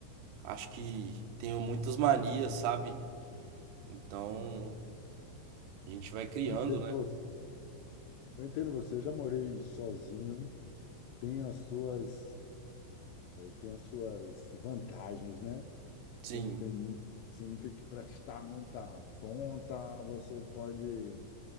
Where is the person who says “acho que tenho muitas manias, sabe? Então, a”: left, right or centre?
Right